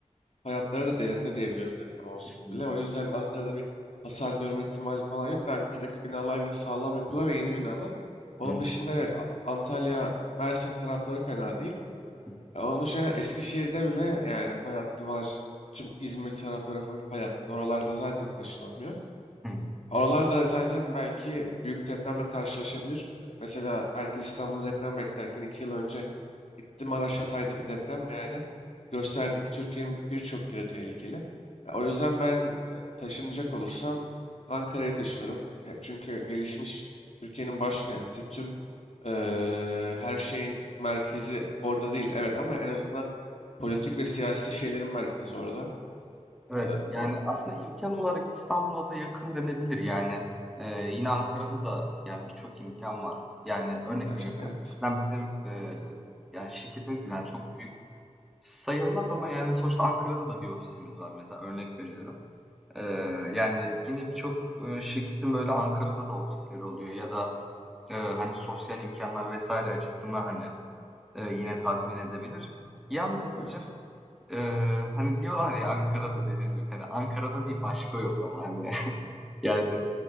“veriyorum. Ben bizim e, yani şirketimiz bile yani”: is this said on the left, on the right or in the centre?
Centre